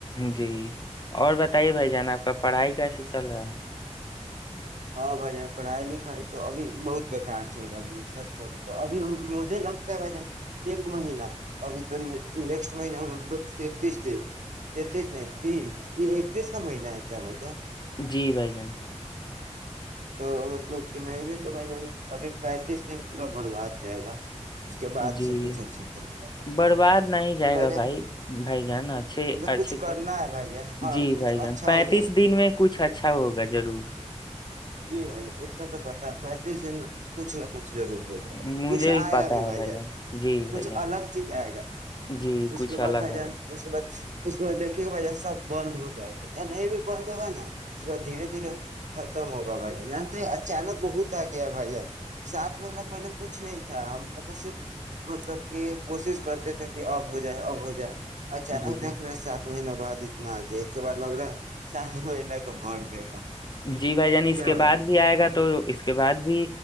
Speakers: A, on the left; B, on the right.
A: جی اور بتائیے بھائی جان آ کا پڑھائی کیسے چل رہا ہے
B: ہاں بھائی جان پڑھائی لکھائی تو ابھی بہت بیکار چل رہا ہے بھ ج سچ بولو تو ابھی مجھے لگتا ہے بھائی جان ایک مہین ابھی تو نیکسٹ مہین تینتیس د تینتیس نہیں تیس یہ اکتیس کا مہینہ ہے کیا بھائی جان
A: جی بھائی جان
B: تو مطلب کن میں تو بھائی جان ابھی پینتیس دن پورا برباد جائے گا اس کے بعد
A: جی
B: سے کچھ اچھا طرح
A: برباد نہیں جائے
B: تو
A: گا
B: جان
A: بھائی بھائی جان اچھے
B: مطلب
A: اچھے
B: کچھ
A: کے
B: کرنا ہے بھائی جان ہاں
A: جی
B: کچھ
A: بھائی جان
B: اچھا
A: پینتیس
B: ہو جائے
A: دن میں کچھ اچھا ہوگا ضرور
B: جی بھائی جان تو پتا متی س کچھ لوچھ ضرور ہو جائے گا
A: مجھے
B: کچھ آئے
A: ہی پتا
B: گا بھی بھائی
A: ہے
B: جان
A: جی
B: کچھ
A: بھائی جان
B: الگ چیز آئے گا
A: جی کچھ
B: اس کے
A: الگ
B: بعد بھائی
A: ہے
B: جان اس کے بعد اس کو دیکے گا بھ سب بند ہو جائے گا یا نہیں بھی بند ہوگا نا اس کو دھیرے دھیرے ختم ہوگا بھائی جانتے اچانک بہت آ گیا بھائی ج سات مہینہ پہلے کچھ نہیں تھا ہم مطلب صرف مطلب کہ کوشش کرتے تھے کہ آب ہو جائے اب ہو جائے اچانک
A: جی
B: دیکھ رہے ہیں سات مہینے بد ا ج ایک کے بع لگ رہا سات مہنے کا بھر دے گا
A: جی بھائی جانی اس
B: کیا
A: کے
B: بھائی
A: بعد
B: جان
A: بھی آئے گا تو اس کے بعد بھی